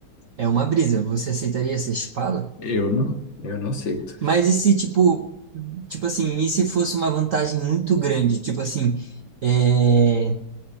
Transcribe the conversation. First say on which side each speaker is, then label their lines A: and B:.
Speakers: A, on the right; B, on the left.
A: é uma brisa. Você aceitaria ser chipado?
B: Eu não, eu não aceito.
A: Mas e se, tipo, tipo assim, e se fosse uma vantagem muito grande? Tipo assim, é,